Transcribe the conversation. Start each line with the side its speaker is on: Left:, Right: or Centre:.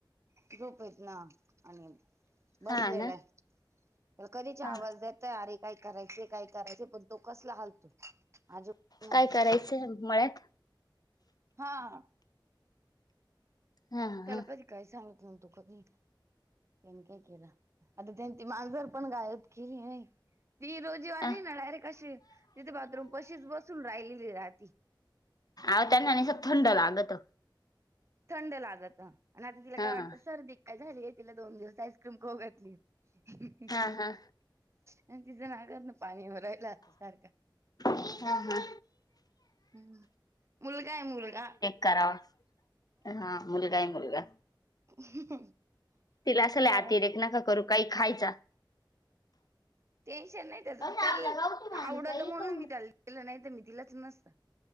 Right: झोपेत ना आणि बसलेलं
Left: हा ना
Right: आहे त्याला कधीची आवाज
Left: हा.
Right: देतेय आरी. काय करायचे काय करायचे पण तो कसला हालतो. आजी नाही
Left: काय करायचं मळ्यात?
Right: हा.
Left: हा
Right: त्याला
Left: हा
Right: कधी काय सांगत नव्हतो कधी. त्यांनी काय केलं आता त्यांची मांजर पण गायत की न व्हय. ती रोजीव आणि
Left: आ.
Right: ना डायरेक्ट कशी तिथे बाथरूम पशीच बसून राहिली राहती.
Left: आव त्यांना निसतं थंड लागत.
Right: थंड लागतं आणि आता
Left: हा
Right: तिला काय वाटतं
Left: हा
Right: सर्दी काय झाली आहे तिला दोन दिवस आईस्क्रीम खोऊ घातली. <unintelligible>
Left: हा
Right: आणि तिचं नागात ना पाणी भरायला आता सारखं.
Left: हा हा.
Right: हम्म मुलगा आहे मुलगा.
Left: करावास हा मुलगा आहे मुलगा.
Right: <unintelligible>
Left: तिला असले
Right: खेळ
Left: आरती रेक नका करू काही खायचा.
Right: टेन्शन नाही त्याचा
Left: आपल्या
Right: त्याल
Left: गावठी भाजी
Right: आवडत
Left: काही
Right: म्हणून
Left: खाऊन
Right: मी त्याल दिलं नाही तर मी दिलाच नसतं